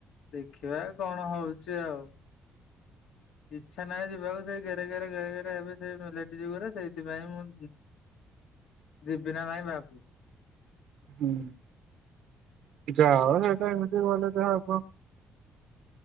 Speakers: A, on the left (about 85°); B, on the right (about 75°).
A: ଦେଖିବା କଣ ହଉଛି ଆଉ। ଇଚ୍ଛା ନାହିଁ ଯିବାକୁ ସେ ଗେରେ ଗେରେ ଗେରେ ଗେରେ ହେବେ ସେଇ ଲେଡିସ୍ ଗୁରା ସେଇଥିପାଇଁ ମୁଁଁ ଯିବି ନା ନାଇଁ ଭାବୁଛି।
B: ହୁଁ ଯାଅ ହଉ ସେଇଟା ଏମିତି ଗଲେ ଯେ ହବ।